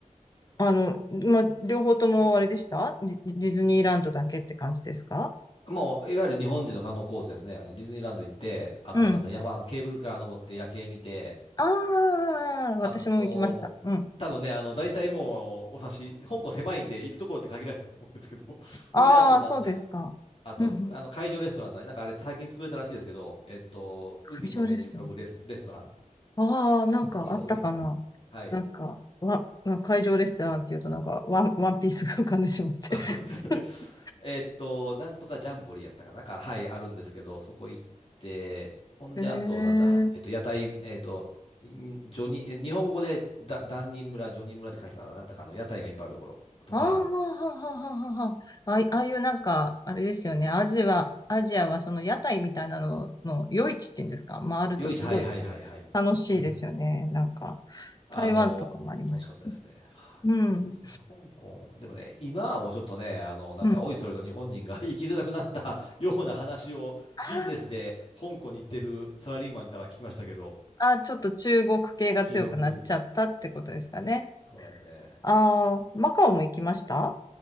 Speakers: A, on the left (about 30°); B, on the left (about 45°).
A: あの、まあ、両方ともあれでしたディディズニーランドだけって感じですか
B: もう、いわゆる日本人の観光コースですね。あの、ディズニーランド行って、あと、
A: うん。
B: なんだ、山、あのケーブルカー登って夜景見て、
A: ああ、私も行きました。
B: あと、
A: うん。
B: 多分ね、あの、大体もう、お察し、香港狭いんで、行くところって限られると思うんですけど、<laughs>
A: ああ、
B: ほんで、あと、なんだ、
A: そうですか。
B: あと、
A: うんうん。
B: あの、海上レストランだ。なんかあれ、最近潰れたらしいですけど、えっと、
A: 会場レストラン。
B: 海の上に浮かぶレス、レストラン
A: ああ、なんかあったかな。
B: 池か海かな。はい。
A: なんか、わ、なんか会場レストランっていうとなんかワン、ワンピースが浮かんでしまって。
B: <laughs>
A: <laughs>
B: えーっと、なんとかジャンボリーやったかな、なんか、はい、あるんですけど、そこ行って、ほんで、
A: へえ。
B: あと、なんだ、えっと、屋台、えっと、んジョニー、え日本語で、だ、ダ人村、ジョニー村って書いてたな、なんだかあの、屋台がいっぱいあるところとか、
A: ああ、ははははは。あいああいうなんか、あれですよね。アジア、アジアはその屋台みたいなのの夜市っていうんですか。回るとすごい
B: 夜市、はいはいはいはい。
A: 楽しいですよね。
B: ありましたね。
A: なんか、
B: あのー楽しかったですね。
A: 台湾とかもありました。
B: はいそうですね、
A: うん。
B: 香港、でもね、今はもうちょっとね、あの、なんか、
A: うん。
B: おいそれと日本人が <laughs> 生きづらくなったような話をビジネスで香港に行ってるサラリーマンから聞きましたけど、
A: ああ、ちょっと中国系が強くなっちゃったってことですかね。
B: 中国、そうなんですね。
A: ああ、マカオも行きました